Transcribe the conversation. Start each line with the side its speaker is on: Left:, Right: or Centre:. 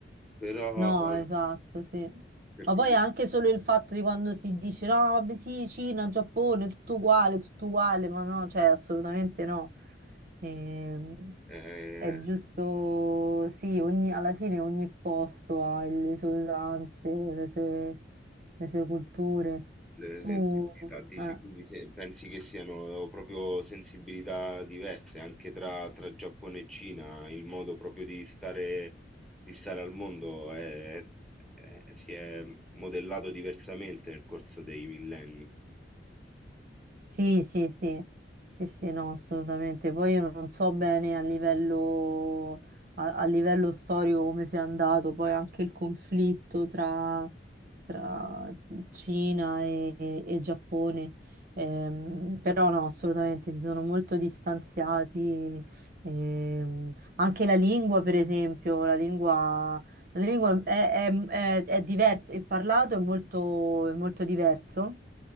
Centre: però
Right: No,
Centre: per
Right: esatto, sì. Ma
Centre: quelli,
Right: poi anche solo il fatto di quando si dice no, vabbè sì, Cina, Giappone, tutto uguale, tutto uguale, ma no, cioè assolutamente no. Ehm,
Centre: eh,
Right: è giusto, sì, ogni- alla fine ogni posto ha le sue usanze, le sue, le sue culture.
Centre: Le
Right: Tu,
Centre: sensibilità, dici,
Right: eh.
Centre: quindi se- pensi che siano proprio sensibilità diverse anche tra, tra Giappone e Cina, il modo proprio di stare, di stare al mondo è- è- si è modellato diversamente nel corso dei millenni.
Right: Sì, sì, sì, sì, sì, no, assolutamente. Poi io non so bene a livello, a, a livello storico come sia andato, poi anche il conflitto tra, tra Cina e, e Giappone, Ehm, però no, assolutamente si sono molto distanziati. Ehm, anche la lingua, per esempio, la lingua, la lingua è, è- è- è diversa, il parlato è molto, è molto diverso